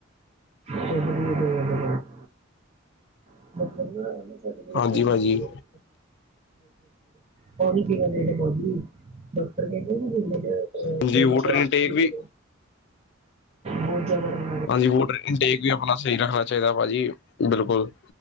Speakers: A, on the right; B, on the left.
A: <unintelligible> <unintelligible>
B: ਹਾਂਜੀ ਭਾਜੀ
A: ਪਾਣੀ ਪੀਣਾ ਚਾਈਦਾ ਭਾਜੀ, ਡਾਕਟਰ ਨੇ ਕੇਆ ਏ ਮਹੀਨੇ ਚ
B: ਹਾਂਜੀ
A: ਦਿਨ
B: ਵੋਟਰ
A: ਚ
B: ਇਨਟੇਕ
A: ਆਈ ਲਿਟਰ
B: ਵੀ
A: ਬੋਤ ਜਾਦਾ ਵੀ
B: ਹਾਂਜੀ ਵੋਟਰ ਇਂਟੇਕ ਵੀ ਆਪਣਾ ਸਹੀ ਰੱਖਣਾ ਚਾਹੀਦਾ ਭਾਜੀ ਬਿਲਕੁਲ